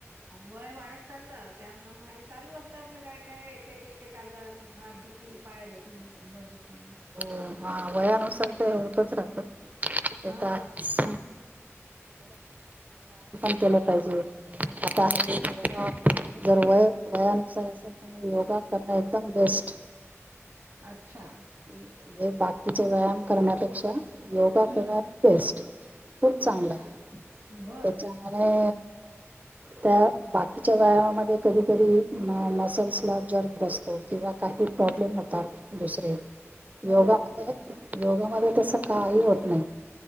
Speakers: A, on the right (about 85°); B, on the right (about 35°).
A: वय वाढत चाललं त्याप्रमाणे चालू असतं आपलं काय काय एक एक एक आजार हात दुखी पाय दुखी कंबर दुखी.
B: हो हा वयानुसार तर होतच राहत. ते
A: हा
B: तर आहेच <unintelligible> केलं पाहिजे आता योगा जर वय वयानुसार असेल तर मग योगा करणं एकदम बेस्ट.
A: अच्छा.
B: म्हणजे बाकीचा व्यायाम करण्यापेक्षा... योगा
A: हम्म
B: केव्हा बेस्ट खूप चांगला
A: अच्छा बर
B: त्याच्यामुळे... त्या बाकीच्या व्यायामामध्ये कधी कधी म मसल्सला जर्ब बसतो किंवा काही प्रॉब्लेम होतात दुसरे. योगा
A: हो
B: <unintelligible> योगामध्ये तस काही होत नाही.